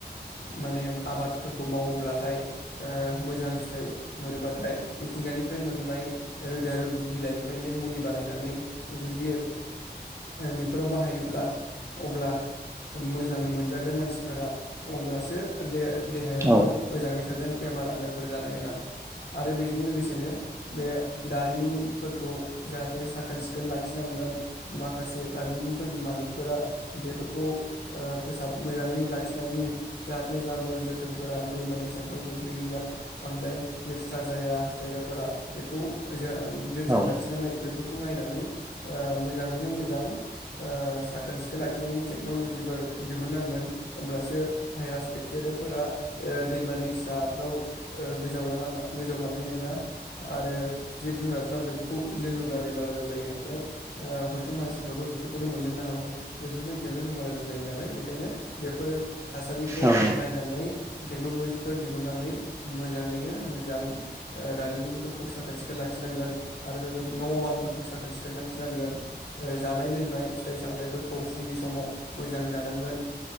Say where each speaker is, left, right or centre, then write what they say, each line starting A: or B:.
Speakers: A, on the left; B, on the right.
A: माने आबादफोरखौ मावोब्लाथाय ओ मोजां फिथाइ मोनोब्लाथाय मिथिंगानिफ्राय मोननाय रोदा रुदु बिलाइनिफ्रायनो मुलि बानायनानै जुदि बेफोराव बाहायोब्ला अब्ला मोजां मोजागोन मानसिफोरा। अब्लासो दे देहायाबो
B: औ
A: मोजाङै थागोन बेमार आजारफोर जानाय नङा आरो बेजों लोगोसेनो बे दारिमिनफोरखौ जाहाथे साखोन सिखोन लाखिनांगोन माखासे दारिमिनफोरनि मालिकफोरा बेफोरखौ ओ फोसाब मोजाङै लाखिनायनि जाहाथे जाबोर जोथोरफोरा दैमा दैसाफ्राव गोग्लैहैया बांद्राय लेथ्रा जाया जायगाफोरा बेखौ जों जोथोन
B: औ
A: लाखिनानै बेफोरखौ नायनानै ओ मोजाङैनो मोजां ओ साखोन सिखोन लाखिनायनि टेक्न'ल'जिफोर नांगोन अमब्लासो भाइरास भेकटेरिया फोरा अ दैमा - दैसाफ्राव गोजाव नांगोन होनब्लासो भायराज बेक्टेरियाफोरा ओ दैमा दैसाफ्राव ओ गोजाव लाङा गोजाव लांनाय नङा आरो जिब जुनारफ्रा बेफोरखौ लोड़ोब्ला बेमार आजार जायो नालाय हयथ' मानसिफ्राबो बेफोरखौनो मोनलोंनो हागौ बेफोर बायदि आवनो बेमार आजार जायो नालाय। बेखायनो बेफोर थासारिखौ
B: नंगौ
A: नायनानै टेक्न'ल'जिफोर दिहुनन्नानै मोजाङैनो मोजां ओ दारिमिनफोरखौ साखोन सिखोन लाखिनांगोन आरो बेबायदि न' बांफोरखौ साखोन सिखोन लाखिनांगोन जानाय लोंनाय फिथाइ सामथाइफोरखौ फुंनि समाव मो जानांगोन।